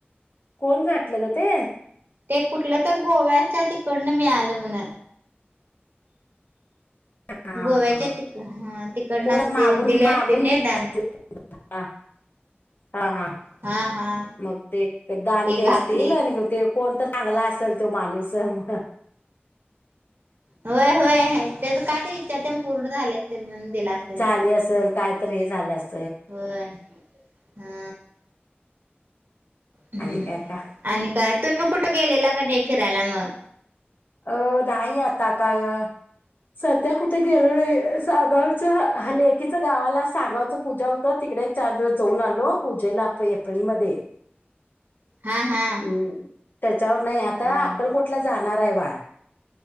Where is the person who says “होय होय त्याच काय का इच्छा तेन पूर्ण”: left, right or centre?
Right